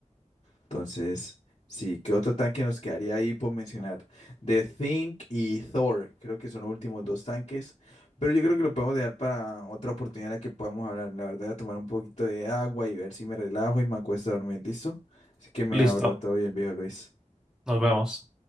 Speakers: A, on the left; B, in the centre.
A: Entonces, sí, ¿qué otro tanque nos quedaría ahí por mencionar? The Think y Thor, creo que son los últimos dos tanques, pero yo creo que lo podemos dejar para otra oportunidad en la que podamos hablar. La verdad, voy a tomar un poquito de agua y ver si me relajo y me acuesto a dormir, ¿listo? Así que me
B: Listo.
A: abro, todo bien, viejo Luis.
B: Nos vemos.